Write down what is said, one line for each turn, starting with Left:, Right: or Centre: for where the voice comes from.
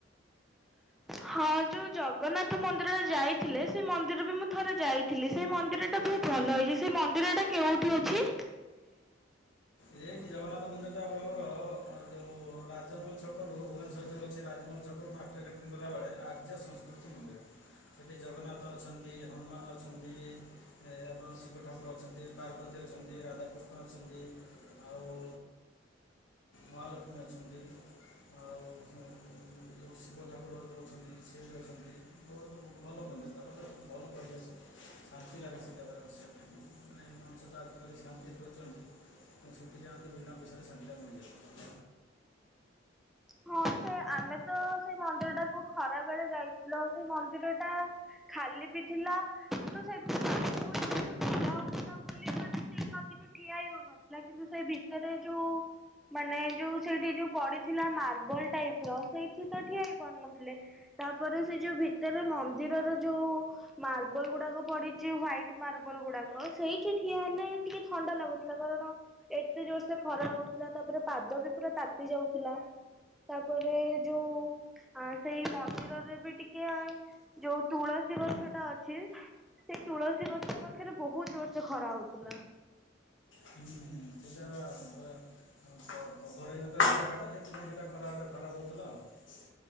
Centre: ହଁ ଯୋଉ ଜଗନ୍ନାଥ ମନ୍ଦିର ଯାଇଥିଲେ, ସେଇ ମନ୍ଦିର ବି ମୁଁ ଥରେ ଯାଇଥିଲି। ସେଇ ମନ୍ଦିର ଟା ବହୁତ୍ ଭଲ ହେଇଚି। ସେଇ ମନ୍ଦିର ଟା କେଉଁଠି ଅଛି?
Left: ଏଇଠି ଜଗନ୍ନାଥ ମନ୍ଦିର ଟା ଆପଣଙ୍କର ଯୋଉ ରାଜମହଲ ଛ କ ରୁ ଭୁବନେଶ୍ୱର ରେ ଯୋଉ ଅଛି ରାଜମହଲ ଛକରୁ ମାଷ୍ଟ୍ରର କ୍ୟାଣ୍ଟିନ୍ ଗଲାବେଳେ ଆର୍ଯ୍ୟ ସଂସ୍କୃତି ମନ୍ଦିର। ସେଠି ଜଗନ୍ନାଥ ଅଛନ୍ତି ହନୁମାନ ଅଛନ୍ତି। ଏବଂ ଶିବ ଠାକୁର ଅଛନ୍ତି, ପାର୍ବତୀ ଅଛନ୍ତି, ରାଧାକୃଷ୍ଣ ଅଛନ୍ତି। ଆଉ ମହାଲକ୍ଷ୍ମୀ ଅଛନ୍ତି। ଆଉ ଯଉ ଶିବ ଠାକୁର ଯୋଉଁ ଅଛନ୍ତି। ସେ ବି ଅଛନ୍ତି। ବୋହୁତ ଭଲ ମନ୍ଦିରଟା। ମାନେ ଭଲ ପରିବେଶ ଶାନ୍ତି ଲାଗେ ସେ ଜାଗାରେ ବସିବା ପାଇଁ। ମାନେ ମଣିଷ ତ ଆଜିକାଲି ଶାନ୍ତି ଖୋଜୁଛନ୍ତି। ଆପଣ ସେଠି ଯାନ୍ତୁ ବିନା ପଇସାରେ ଶାନ୍ତିଟା ମିଳିଯାଉଛି।
Centre: ହଁ, ସେ ଆମେ ତ ସେଇ ମନ୍ଦିର ଟାକୁ ଖରା ବେଳେ ଯାଇଥିଲୁ। ଆଉ ସେଇ ମନ୍ଦିର ଟା ଖାଲି ବିି ଥିଲା। କିନ୍ତୁ ସେ <unintelligible> ବହୁତ ଜୋର ସେ ଖରା ହଉଥିଲା ବୋଲି। ମାନେ ସେଇଠି ଅଧିକ ଠିଆ ହେଇ ହଉନଥିଲା। ଥିଲା, କିନ୍ତୁ ସେ ଭିତରେ ଯୋଉ ମାନେ ଯୋଉ ସେଠି ଯୋଉ ପଡ଼ିଥିଲା ମାର ବଲ୍ ଟାଇପର। ସେଇଠି ତ ଠିଆ ହେଇ ପାରୁନଥିଲେ। ତାପରେ ସେ ଯୋଉ ଭିତରେ ମନ୍ଦିରର ଯୋଉ ମାର୍ବଲ ଗୁଡ଼ାକ ପଡିଛି। ହ୍ଵାଇଟ୍ ମାର୍ବଲ ଗୁଡାକ ସେଇଠି ଠିଆ ହେଲେ ଟିକେ ଥଣ୍ଡା ଲାଗୁଥିଲା। କାରଣ ଏତେ ଜୋରସେ ଖରା ହଉଥିଲା। ତାପରେ ପାଦ ବି ପୁରା ତାତି ଯାଉଥିଲା। ତାପରେ ଯୋଉ ଆ ସେଇ ମନ୍ଦିରରେ ବି ଟିକେ ଯୋଉ ତୁଳସୀ ଗଛ ଟା ଅଛି। ସେ ତୁଳସୀ ଗଛ ପାଖରେ ବହୁତ ଜୋର ସେ ଖରା ହଉଥିଲା।
Left: ହୁଁ ହୁଁ ସେଟା ବା କ କଭର ହେଇନଥିଲା ସେ ଜାଗା ଟା ସେଥିପାଇଁ ସେଟା ଖରାରେ ଖରା ହଉଥିଲା ଆଉ।